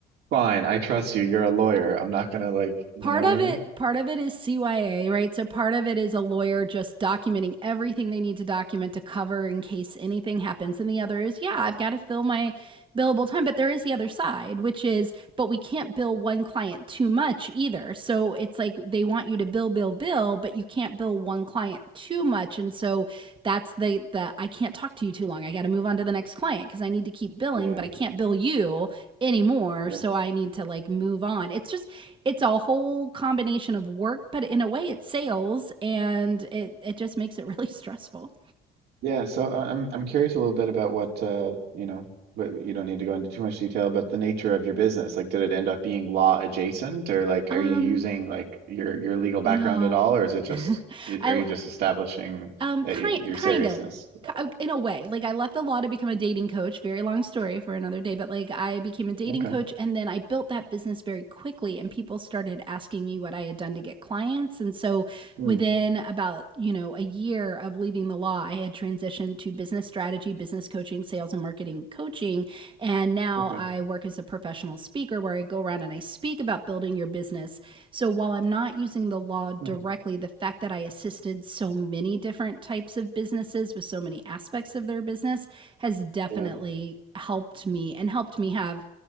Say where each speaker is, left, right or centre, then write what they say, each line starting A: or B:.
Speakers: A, on the right; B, on the right.
A: fine, I trust you. You're a lawyer. I'm not gonna like, you
B: Part
A: know what
B: of
A: I mean?
B: it, part of it is CYA, right? So part of it is a lawyer just documenting everything they need to document to cover in case anything happens. And the other is, yeah, I've got to fill my billable time, but there is the other side, which is, but we can't bill one client too much either. So it's like they want you to bill, bill, bill, but you can't bill one client too much. And so that's the the I can't talk to you too long. I got to move on to the next client because I need to keep billing,
A: Yeah.
B: but I can't bill you anymore.
A: Right.
B: So I need to like move on. It's just it's a whole combination of work, but in a way it's sales and it, it just makes it really <laughs> stressful.
A: Yeah, so uh, I'm I'm curious a little bit about what uh, you know, but you don't need to go into too much detail, but the nature of your business. Like, did it end up being law adjacent, or like,
B: Um,
A: are you using like your your legal background
B: no.
A: at all, or is it just
B: <laughs> I
A: are you just establishing
B: Um,
A: that
B: kind
A: y your
B: kind
A: seriousness?
B: of
A: with that?
B: in a way. Like I left the law to become a dating coach. Very long story for another day, but like I became a dating
A: one? Okay.
B: coach and then I built that business very quickly and people started asking me what I had done to get clients. And so
A: Hmm.
B: within about, you know, a year of leaving the law, I had transitioned to business strategy, business coaching, sales and marketing coaching, and now
A: Okay.
B: I work as a professional speaker where I go around and I speak about building your business so while I'm not using the law
A: Hmm.
B: directly, the fact that I assisted so many different types of businesses with so many aspects of their business has definitely
A: Yeah.
B: helped me and helped me have